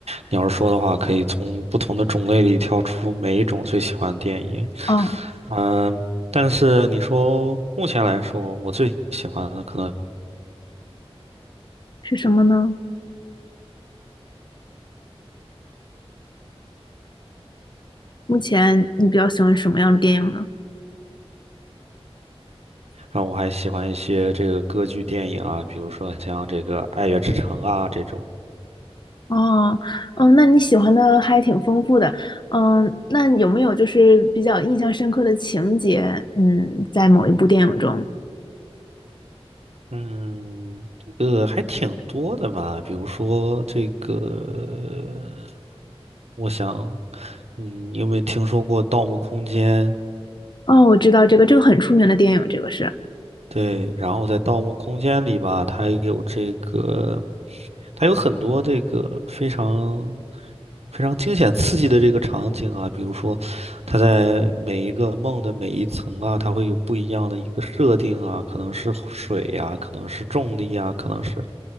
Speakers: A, on the right (about 80°); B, on the left (about 45°).
A: 你要是说的话，可以从不同的种类里挑出每一种最喜欢的电影。
B: 哦，
A: 嗯，但是你说目前来说，我最喜欢的可能
B: 是什么呢？目前你比较喜欢什么样的电影呢？
A: 让我还喜欢一些这个歌剧电影啊，比如说像这个《爱乐之城》啊这种。
B: 哦，嗯，那你喜欢的还挺丰富的，嗯，那有没有就是比较印象深刻的情节？嗯，在某一部电影中，
A: 嗯，这个还挺多的吧？比如说这个，我想，嗯，你有没有听说过《盗墓空间》？
B: 哦，我知道这个，这个很出名的电影，这个是，
A: 对，然后在《盗墓空间》里吧，它有这个，它有很多这个非常非常惊险刺激的这个场景啊，比如说，它在每一个梦的每一层啊，它会有不一样的一个设定啊，可能是水呀、可能是重力啊，可能是。